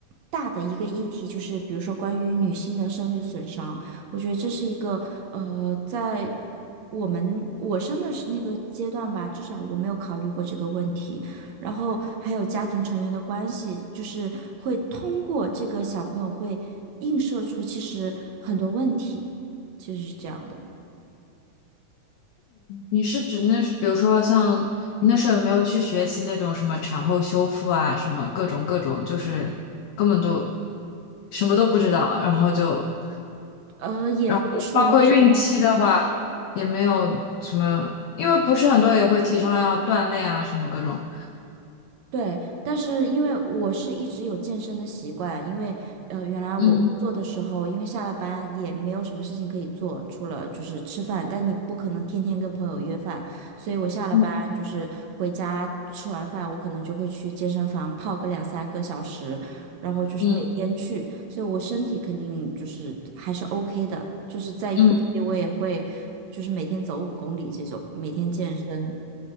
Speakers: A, on the right; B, on the left.
A: 大的一个议题，就是比如说关于女性的生育损伤，我觉得这是一个呃，在我们我生的是那个阶段吧，至少我没有考虑过这个问题，然后还有家庭成员的关系，就是会通过这个小朋友会映射出其实很多问题。其实是这样的，
B: 你是指那，比如说像你那时候有没有去学习那种什么产后修复啊，什么各种各种，就是根本都什么都不知道，然后就
A: 呃，也不属于什么，
B: 然后包括孕期的话也没有什么，因为不是很多也会提倡要锻炼啊，什么各种。
A: 对，但是因为我是一直有健身的习惯，因为呃，原来我工作的时候，
B: 嗯
A: 因为下了班也没有什么事情可以做，除了就是吃饭，但你不可能天天跟朋友约饭，所以我下了班就是回家吃完饭，
B: 嗯
A: 我可能就会去健身房泡个两三个小时，然后就是每天去，
B: 嗯
A: 所以我身体肯定就是还是 OK 的，就是在孕期我也会就是每天走五公里这种，
B: 嗯
A: 每天健身。